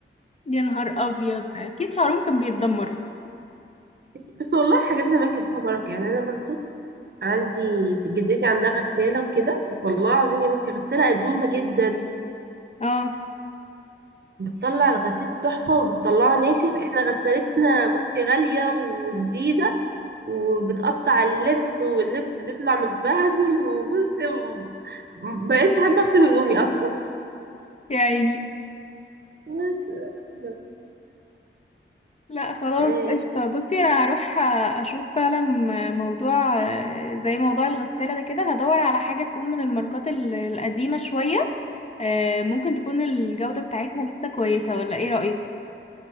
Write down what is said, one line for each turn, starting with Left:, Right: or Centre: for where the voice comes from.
Left: يا نهار ابيض اكيد شعرهم كان بيتدمر
Right: بس والله حاجات زمان كانت فيها بركة يعني انا برضو عندي جدتي عندها غسالة وكده والله العظيم يا بنتي غسالة قديمة جدا
Left: اه
Right: بتطلع الغسيل تحفة وبتطلعه ناشف احنا غسالتنا بصي غالية وجديدة وبتقطع اللبس واللبس بيطلع متبهدل وبصي مبقتش احب اغسل هدومي اصلا
Left: يعني
Right: بس بس
Left: لا خلاص
Right: آه،
Left: قشطة بصي انا هروح اشوف فعلا موضوع زي موضوع الغسالة ده كده هدور على حاجة تكون من الماركات ال- القديمة شوية آه، ممكن تكون الجودة بتاعتها لسه كويسة ولا ايه رأيك